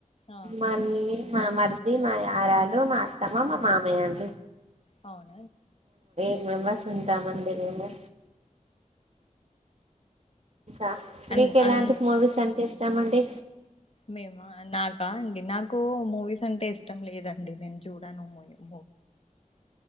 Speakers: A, on the left; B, on the right.
A: ఆ
B: మనీ మా మరది మా యారళ మా అత్తమ్ మా మామయలు
A: అవును
B: మేమ ఉంతామందిరంలో అ
A: అన్
B: మీకు ఎలాంటి
A: అన్
B: మూవీస్ అంట చేస్తామండి
A: మేము నాకా అండి నాకు మూవీస్ అంటే ఇష్టం లేదండి నేను చూడాను మూీ